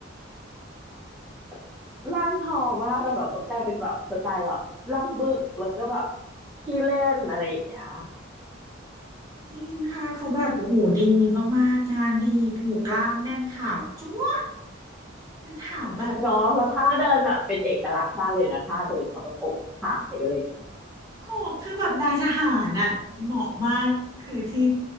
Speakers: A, in the centre; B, on the right (about 20°).
A: <laughs> ร่างทองมากก็แบบว่ากลายเป็นแบบสไตล์แบบล่ำบึกแล้วก็แบบขี้เล่นอะไรอย่างเงี้ย
B: จริงค่ะเขาแบบโอ้โหดีมากๆงานดีโอ้โหูกล้ามแน่นข่าวจั๊วะคือข่าวแบบ
A: เนาะแล้วท่าเดินแบบเป็นเอกลักษณ์มากเลยนะท่าเดินเขาแบบอกถ่ายอะไรอย่างเงี้ย
B: โหคือแบบนายทหารน่ะเหมาะมาก คือที่